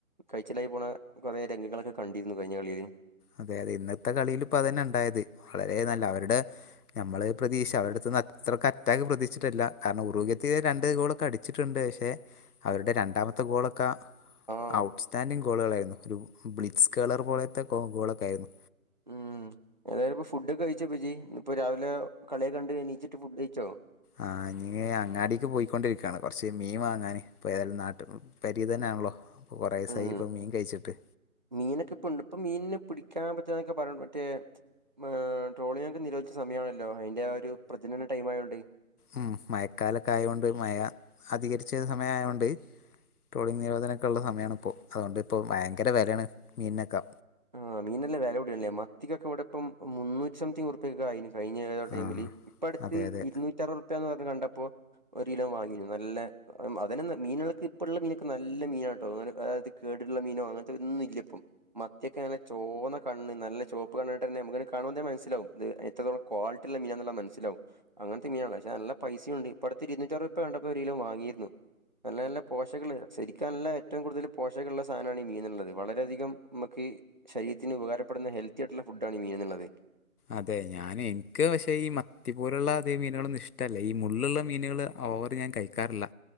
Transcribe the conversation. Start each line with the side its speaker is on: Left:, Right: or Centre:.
Right: കയ്ച്ചിലായി പോണ കൊറെ രംഗങ്ങളൊക്കെ കണ്ടിര്ന്നു കഴിഞ്ഞ കളില്
Left: അതെ യതെ ഇന്നത്തെ കളില് പ്പ തെന്നെ ണ്ടായത് വളരെ നല്ല അവരുടെ നമ്മളെ പ്രതീക്ഷ അവരെട്ത്ത്ന്ന് അത്രക്കറ്റാക്ക് പ്രതീക്ഷിട്ടില്ല കാരണം ഉറുക്യത്തി രണ്ട് ഗോളൊക്കെ അടി ച്ചിട്ട് ണ്ട് പക്ഷെ അവരുടെ രണ്ടാമത്തെ ഗോളൊക്ക
Right: ആ
Left: ഔട്ട് സ്റ്റാൻഡിങ് ഗോളുകളായിരുന്നു ഒരു ബ്ലിക്സ് കേളർ പോലത്തെ കോ ഗോളൊക്കായിരുന്നു.
Right: ഉം ഏതായാലുപ്പം ഫുഡൊക്കെ കഴിച്ചോ പ്പ ജ് ഇപ്പോ രാവിലെ കള്യൊക്കെ കണ്ട് എന്നിച്ചിട്ട് ഫുഡ്യ്ച്ചോ?
Left: ആഹ് ഞി അങ്ങാടിക്ക് പോയിക്കൊണ്ടിരിക്കാണ് കൊർച്ച് മീൻ വാങ്ങാന് ഇപ്പ ഏതായാലും നാട്ട് പേരെ തെന്നാണല്ലോ പ്പൊ കുറെ
Right: ഉം
Left: സായി പ്പൊ മീൻ കയ്ച്ചിട്ട്.
Right: മീനൊക്കെ പ്പ ഇണ്ട് ഇപ്പൊ മീൻനെ പിടിക്കാൻ പറ്റാന്നൊക്കെ പറീണ്ട് മറ്റേ ഏഹ് ട്രോളിംഗൊക്കെ നിരോധിച്ച സമയാണല്ലോ അയ്ന്റെ ആ ഒരു പ്രജനന ടൈം മായോണ്ട്
Left: ഉം മഴക്കാലൊക്കായോണ്ട് മയ അധികരിച്ച സമയായോണ്ട് ട്രോളിംഗ് നിരോധക്കെള്ള സമയാണ് പ്പോ അതോണ്ട് പ്പൊ ഭയങ്കര വെലെണ് മീൻനൊക്കെ
Right: ആഹ് മീനിന് നല്ല വെല കൂടിണ് ല്ലെ മത്തിക്കൊക്കെ ഇവടെപ്പം മൂന്നൂറ്റി സംതിങ് ഉറുപ്യൊക്കായിന് കഴിഞ്ഞ ഏതോ ടൈമില്
Left: ആ
Right: ഇപ്പട്ത്ത്
Left: അതെ അതെ
Right: ഇരുന്നൂറ്റി അറുവർപ്യ ന്ന് പർഞ്ഞ് കണ്ടപ്പോ ഒരിലോ വാങ്ങിണ് നല്ല അതെനെന്ന മീനുകൾക്ക് ഇപ്പള്ള മീനൊക്കെ നല്ല മീനാട്ടോ <unintelligible> അത് കേട്ള്ള മീനോ അങ്ങൻത്തൊന്നുല്ല പ്പം മത്ത്യൊക്കെങ്ങനെ ചോന്ന കണ്ണ് നല്ല ചുവപ്പ് കണ്ട്ട്ടെന്നെ അമ്മക്ക് <unintelligible> കാണുമ്പോ തന്നെ മൻസ്സിലാവും ഇത് എത്രത്തോളം ക്വാളിറ്റിള്ളെ മീനാന്ന്ള്ളെ മൻസിലാവും അങ്ങൻ ത്തെ മീനാണ് പക്ഷെ നല്ല പൈസ്യുണ്ട് ഇപ്പട്ത്ത് ഇരുന്നൂറ്റ്യരുവർപ്യ കണ്ടപ്പോ ഒരിലോ വാങ്ങീര്ന്നു. നല്ല നല്ല പോഷക ല്ലേ ശെരിക്കും നല്ല ഏറ്റവും കൂടുതൽ പോഷകള്ള സാനാണ് ഈ മീനന്ള്ളത് വളരെയധികം <unintelligible> ക്ക് ശരീരത്തിന് ഉപകാരപ്പെടുന്ന ഹെൽത്തിയായിട്ടുള്ള ഫുഡാണ് ഈ മീനന്ന്ള്ളത്.
Left: അതെ ഞാനിൻക്ക് പക്ഷെ ഈ മത്തി പോലുള്ള അതേ മീനുകളൊന്നും ഇഷ്ടല്ല ഈ മുള്ള് ള്ള മീനുകള് ഓവറ് ഞാൻ കഴിക്കാറില്ല